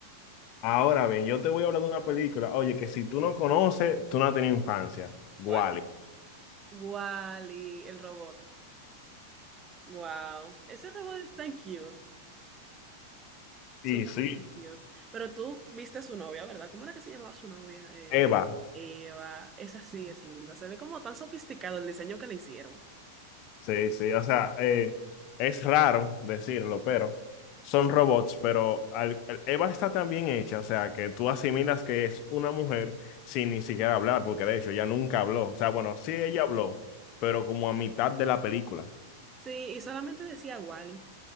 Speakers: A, on the left (about 50°); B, on the right (about 25°).
A: ahora bien, yo te voy a hablar de una película, oye, que si tú no conoces, tú no has tenido infancia. Wally.
B: ¿Cuál? Wally, el robot. Wow, ese robot es tan cute, sumamente
A: y sí,
B: cute. Pero tú viste a su novia, ¿verdad? ¿Cómo era que se llamaba su novia? Eh,
A: Eva,
B: Eva, esa sí es linda. Se ve como tan sofisticado el diseño que le hicieron.
A: sí, sí, o sea, eh, es raro decirlo, pero son robots, pero al- el- Eva está tan bien hecha, o sea, que tú asimilas que es una mujer sin ni siquiera hablar, porque de hecho ella nunca habló, o sea, bueno, sí ella habló, pero como a mitad de la película.
B: Sí, y solamente decía Wally,